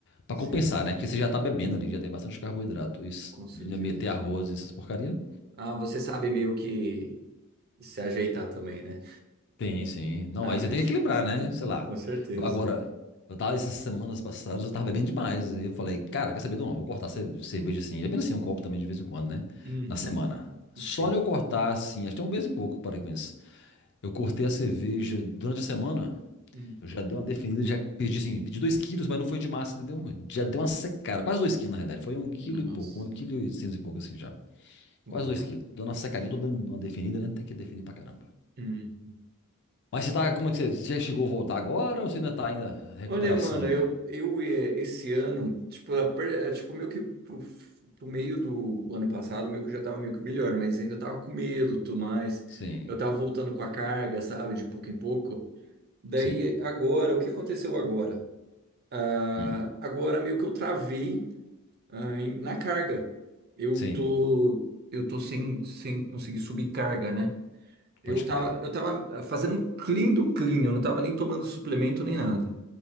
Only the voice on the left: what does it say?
Pra
compensar, né? Porque você já tá bebendo ali, já tem bastante carboidrato. Isso,
e ainda meter arroz, e essas porcaria,
Sim, sim. Não,
aí
você tem que equilibrar, né? Sei lá.
Igual Agora, eu tava essas semanas passadas, eu tava bebendo demais. E eu falei, cara, quer saber de uma? Vou cortar ce- cerveja assim. É bem assim, um copo também de vez em quando, né?
Na semana. Só
eu cortar assim, acho que é um mês e pouco, parei com isso. Eu cortei a cerveja durante a semana.
Eu já dei uma definida, já perdi assim, perdi dois quilos, mas não foi de massa, entendeu? Já deu uma secada, quase dois quilos na realidade. Foi um quilo
e pouco, um quilo e oitocentos e pouco assim já.
Quase dois quilos. Dando uma secadinha, tô dando uma definida, né? Tem que definir pra caramba.
Mas você tá, como é que você, você já chegou a voltar agora ou você ainda tá ainda recuperação
ainda?
Sim,
sim.
Hum,
sim,
pode
crer.